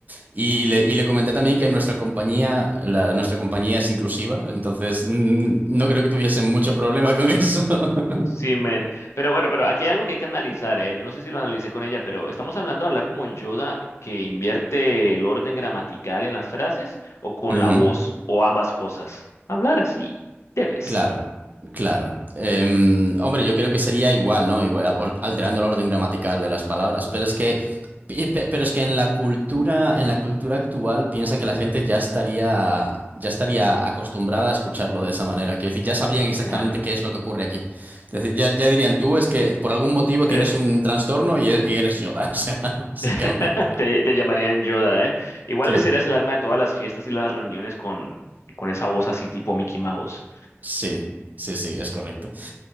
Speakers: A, on the right; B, on the left.
A: Y le, y le comenté también que nuestra compañía, la- nuestra compañía es inclusiva, entonces mm, no creo que tuviesen mucho problema con eso. <laughs>
B: Sí, men. Pero bueno, pero aquí hay algo que hay que analizar, ¿eh? Yo no sé si lo analicé con ella, pero ¿estamos hablando de hablar como Yoda que invierte el orden gramatical en las frases o con
A: Ujú.
B: la voz o ambas cosas? Hablar así, debes.
A: Claro, claro. Em, hombre, yo creo que sería igual, ¿no? Igual, or- alterando el orden gramatical de las palabras, pero es que, pi- pe- pero es que en la cultura, en la cultura actual, piensa que la gente ya estaría, ya estaría acostumbrada a escucharlo de esa manera. Quiero decir, ya sabrían exactamente
B: Claro.
A: qué es lo que ocurre aquí. Es decir, ya, ya dirían, tú es que por algún motivo tienes
B: Eres...
A: un trastorno y, e- y eres Yoda, <laughs> o sea, básicamente.
B: <laughs> Te, te llamarían Yoda, ¿eh? Igual
A: Sí,
B: le serías el alma de todas las fiestas y las reuniones con, con esa voz así tipo Mickey Mouse.
A: sí, sí, sí, es correcto.